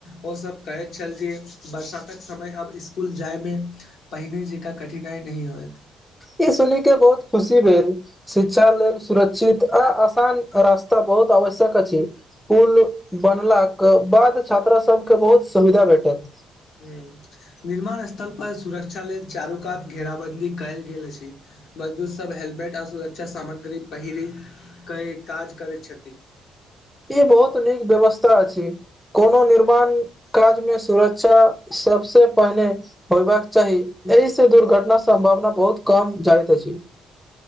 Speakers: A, on the left; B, in the centre.
A: ओ सब कहैत छल जे बरसातक समय आब इसकुल जाइमे पहिने जकाँ कठिनाइ नहि होयत
B: ई सुन के बहुत खुशी भेल शिक्षा लेल सुरक्षित आ आसान रास्ता बहुत आवश्यक अछि पुल बनलाक के बाद छात्रा सबके बहुत सुविधा भेटत
A: ह निर्माण स्थल पर सुरक्षा लेल चारु कात घेराबंन्दी कयल गेल अछि मजदूर सब हेलमेट आ सुरक्षा सामग्री पहिर क काज करैत छथि
B: ई बहुत नीक व्यवस्था अछी कोनो निर्माण काज मे सुरक्षा सबसे पहिने होयबाक चाही एहिसँ दुर्घटना सम्भावना बहुत कमभ जाइत अछि